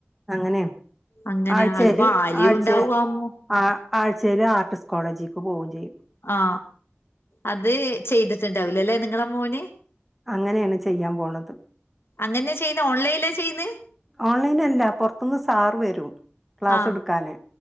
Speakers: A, in the centre; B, on the left.
A: അങ്ങനെയാണ്
B: അങ്ങനെ
A: ആഴ്ചേല്
B: അത് വാല്യൂ
A: ആഴ്ച
B: ഉണ്ടാവാമോ
A: ആ ആഴ്ചേല് ആർട്ടിസ് കോളേജിക്ക് പോവേം ചെയ്യും
B: ആ അത് ചെയ്തിട്ടുണ്ടാവൂലല്ലെ നിങ്ങള മോന്
A: അങ്ങനെയാണ് ചെയ്യാൻ പോണത്
B: അങ്ങനെ ചെയ്യുന്ന ഓൺലൈനില ചെയ്യുന്നേ
A: ഓൺലൈനല്ല പുറത്തുന്ന് സാറ് വരും ക്ലാസ്സ്
B: ആഹ്
A: എടുക്കാന്